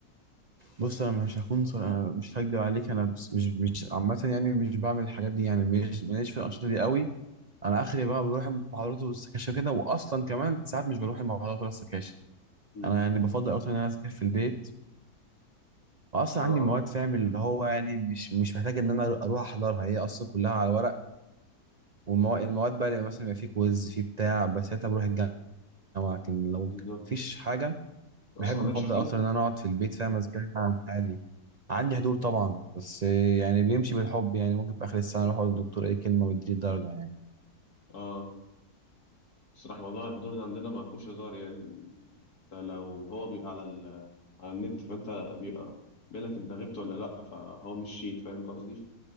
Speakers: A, on the right; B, on the left.
A: بص انا مش هكون صر... أنا مش هكدب عليك انا بس مش مش عامه يعني مش بعمل الحاجات دي يعني مش ماليش في الانشطه دي قوي انا اخري بقى بروح المحاضرات والسكاشن كده واصلا كمان ساعات مش بروح المحاضرات ولا السكاشن
B: امم
A: انا يعني بفضل اكتر ان انا اذاكر في البيت واصلا
B: اه آه،
A: عندي مواد فاهم اللي هو يعني مش مش محتاج ان انا اروح احضرها هي اصلا كلها على ورق والمواد المواد بقى اللي مثلا يبقى في كويز في بتاع بس ساعتها بروح الجامعه لكن لو
B: بالظبط
A: مفيش حاجه
B: أصلا
A: بحب
B: ما
A: الفضاء
B: عندكش حضور؟
A: اكتر ان انا اقعد في البيت فاهم ازاي عادي عندي حضور طبعا بس يعني بيمشي بالحب يعني ممكن في اخر السنه اروح اقول للدكتور اي كلمه ويديني درجه يعني
B: اه الصراحة موضوع الحضور ده عندنا ما فيهوش هزار يعني أنت لو هو بيبقى على ال... على النت فأنت بيبقى بيقول لك أنت غبت ولا لأ فهو مش شيت فاهم قصدي